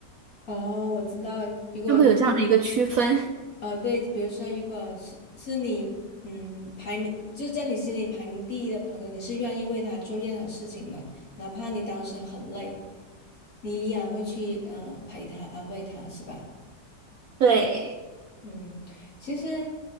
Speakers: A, on the left; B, on the right.
A: 哦，我知道，如果
B: 就会有这样的一个区分。<laughs>
A: 呃，对，比如说，如果是是你，嗯，排名就是在你心里排名第一的朋友，你是愿意为他做任何事情的，哪怕你当时很累，你依然会去，嗯，陪他，安慰他，是吧？
B: 对。
A: 嗯，其实